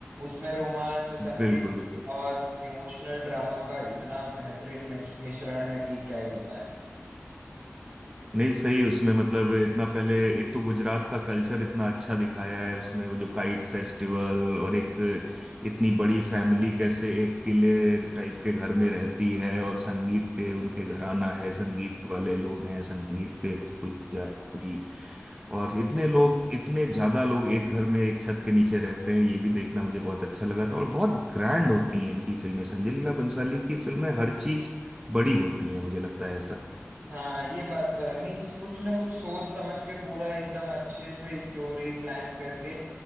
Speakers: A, on the right (about 50°); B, on the right (about 20°).
A: उसमें रोमांच संगीत
B: बिल्कुल बिल्कुल
A: और इमोशनल ड्रामा का इतना बेहतरीन मिक्स- मिश्रण है कि क्या ही बताएं
B: नहीं सही उसमें मतलब इतना पहले एक तो गुजरात का कल्चर इतना अच्छा दिखाया है उसमें वो जो काइट फेस्टिवल और एक इतनी बड़ी फैमिली कैसे एक किले टाइप के घर में रहती है और संगीत के उनके घराना है संगीत वाले लोग हैं संगीत के पुजारी और इतने लोग इतने ज्यादा लोग एक घर में एक छत के नीचे रहते हैं ये भी देखना मुझे बहुत अच्छा लगा था और बहुत ग्रैंड होती हैं इनकी फिल्में संजय लीला बंसाली की फिल्में हर चीज बड़ी होती हैं मुझे लगता है ऐसा
A: हाँ ये बात तो है मीन्स कुछ ना कुछ सोच समझ के पूरा एकदम अच्छे से स्टोरी प्लान करके